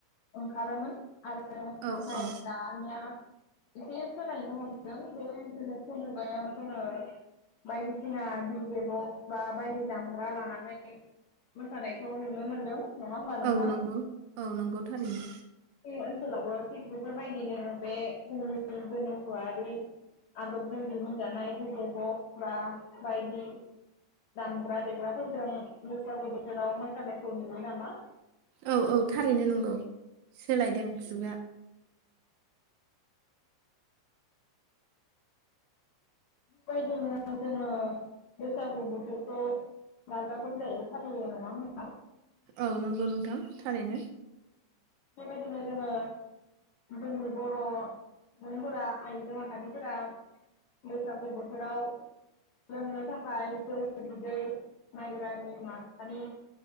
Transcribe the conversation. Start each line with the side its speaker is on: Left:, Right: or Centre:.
Left: ओंखारोमोन आरो
Right: औ
Left: नाथाय
Right: औ
Left: दानिया एसे सोलायनो हमदों बे गोनोखो मुगायाव जोंङो बायदिसिना दिजे बक्स बा बायदि दामग्रा लानानै मोसानायखौ नुनो मोनदों नङा होमबा नोंथां
Right: औ नंगौ औ नंगौ थारैनो
Left: ओनसोलावबो थिग बेफोरबायदिनो बे जोंनि गोनोखोआरि आदबजों दिहुन जानाय डिजे बक्स बा बायदि दामग्रा देग्राफोरजों बैसागो बोथोराव मोसानायखौ नुयो नामा
Right: औ औ थारैनो नंगौ सोलायदों जुगा।
Left: बायदिनो जोङो बैसागु बोथोरखौ गाजा गोमजायै फालियो नङा होमबा?
Right: औ नंगौ नोंथां थारैनो।
Left: बेबायायदिनो जोंङो जोंनि बर' सुबुंफोरा आइजो माहारिफोरा बैसागु बोथोराव लोंनो थाखाय जौ बिदै माइब्रानि माथानि